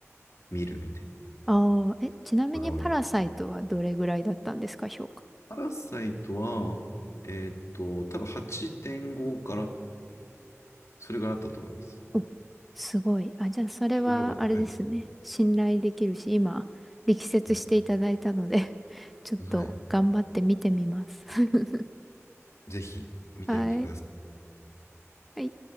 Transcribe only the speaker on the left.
見るみたいな
ことが多いです。
パラサイトは、えーっと、多分8.5から、それからあったと思います。
結構評価高いです
よ。
うん。はい。
ぜひ見てみてください。